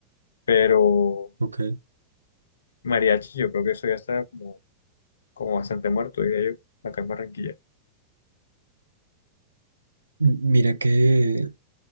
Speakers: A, on the left; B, on the right.
A: Pero
B: ok.
A: mariachi, yo creo que eso ya está como, como bastante muerto, diría yo, acá en Barranquilla.
B: M- Mira que